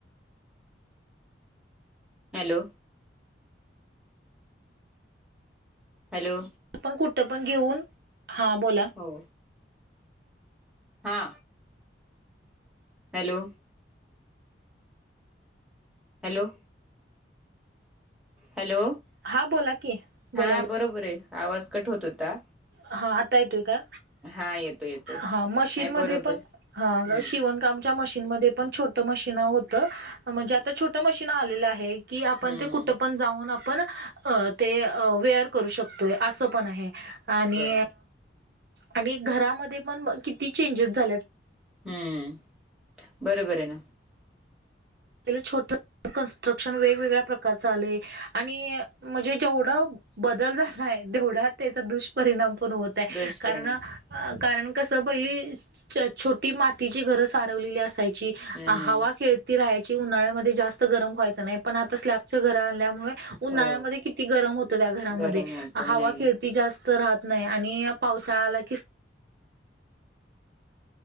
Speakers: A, in the centre; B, on the right.
A: hello hello
B: आपण कुठं पण घेऊन हा बोला
A: हो हा हॅलो हॅलो हॅलो
B: हा बोला की बोला
A: हा बरोबर आहे आवाज कट होत होता
B: हा आता येतोय का
A: हा येतोय येतोय
B: हा मशीनमध्ये
A: नाही बरोबर
B: पण हा
A: हम्म
B: शिवण कामच्या मशीनमध्ये पण छोट मशीनं होत म्हणजे आता
A: हम्म
B: छोट मशीनं आलेलं आहे कि आपण
A: हम्म
B: ते कुठं पण जाऊन आपण अ ते वेअर करू शकतोय असं पण आहे आणि
A: बरोबर
B: आणि घरामध्ये पण किती चेंजेस झाल्यात
A: हम्म बरोबर आहे ना
B: आपल्याला छोट कन्स्ट्रक्शन वेगवेगळ्या प्रकारचं आलंय आणि म्हणजे जेवढं बदल झालाय तेवढा त्याचा दुष्परिणाम पण होत
A: दुष्परिणाम
B: कारण अ कारण कस पहिली छोटी मातीची घरं सारवलेली असायची
A: हम्म
B: हवा खेळती राहाय ची उन्हाळ्यामध्ये जास्त गरम व्हायच नाही पण आता स्लॅपच घर आल्यामुळे उन्हाळ्यामध्ये
A: हो
B: किती गरम होत त्या घरामध्ये
A: गरम होतं
B: हवा
A: नाही नाही
B: खेळ ती जास्त राहत नाही आणि पावसाळा आला की